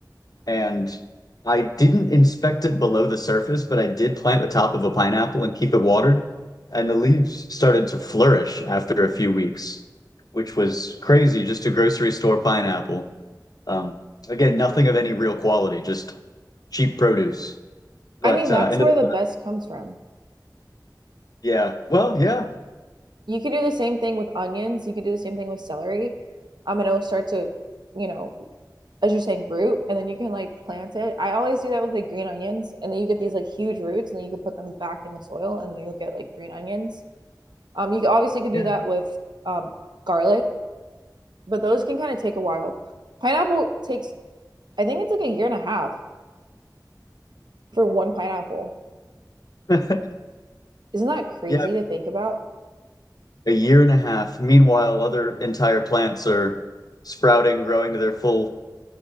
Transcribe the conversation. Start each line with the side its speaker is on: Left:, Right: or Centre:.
Left: And I didn't inspect it below the surface, but I did plant the top of a pineapple and keep it watered. And the leaves started to flourish after a few weeks, which was crazy. Just a grocery store pineapple. Um, again, nothing of any real quality, just cheap produce. But
Right: I mean, that's
Left: uh, ended
Right: where
Left: up,
Right: the best comes from.
Left: yeah, well, yeah.
Right: You, you could do the same thing with onions. You could do the same thing with celery. Um, and it'll start to, you know, as you're saying root and then you can like plant it i always do that with like green onions and then you get these like huge roots and then you can put them back in the soil and then you'll get like green onions um you obviously could do
Left: Yeah.
Right: that with um garlic but those can kind of take a while pineapple takes i think it's like a year and a half for one pineapple
Left: <laughs>
Right: isn't that crazy
Left: Yeah,
Right: to think about
Left: a year and a half. Meanwhile, other entire plants are sprouting, growing to their full